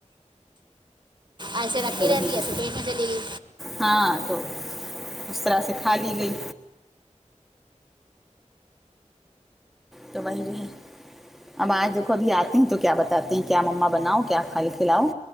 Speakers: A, on the right; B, in the centre.
A: ایسے رکھی
B: تو وہی
A: رہتی
B: جو
A: ایسے پیٹ میں چلی گی
B: ہاں تو اس طرح سے کھا لی گئی تو وہی رہے اب آج دیکھو ابھی آتی ہیں تو کیا بتاتی ہیں کیا مما بناؤ کیا کھل کھلاؤں